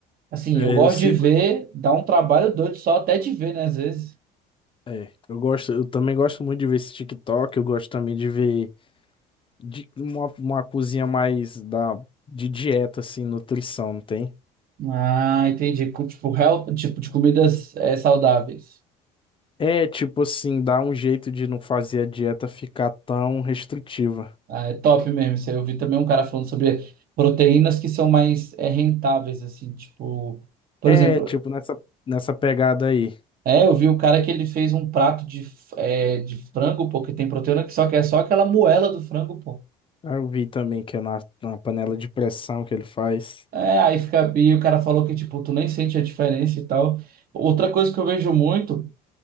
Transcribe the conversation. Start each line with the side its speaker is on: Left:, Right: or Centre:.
Right: Assim,
Left: É,
Right: eu gosto
Left: eu sigo.
Right: de ver, dá um trabalho doido só até de ver, né? Às vezes.
Left: É, eu gosto, eu também gosto muito de ver esse TikTok, eu gosto também de ver de- uma, uma cozinha mais da, de dieta, assim, nutrição, não tem?
Right: Ah, entendi. Co- Tipo, help, tipo de comidas eh, saudáveis.
Left: É, tipo assim, dá um jeito de não fazer a dieta ficar tão restritiva.
Right: Ah, é top mesmo. Isso aí Eu vi também um cara falando sobre proteínas que são mais é, rentáveis, assim, tipo, por
Left: É,
Right: exemplo,
Left: tipo, nessa, nessa pegada aí.
Right: é, eu vi o cara que ele fez um prato de, f- é, de frango, pô, que tem proteína que só que é só aquela moela do frango, pô.
Left: Ah, Eu vi também que é na, na panela de pressão que ele faz.
Right: É, aí fica, e o cara falou que, tipo, tu nem sente a diferença e tal. Outra coisa que eu vejo muito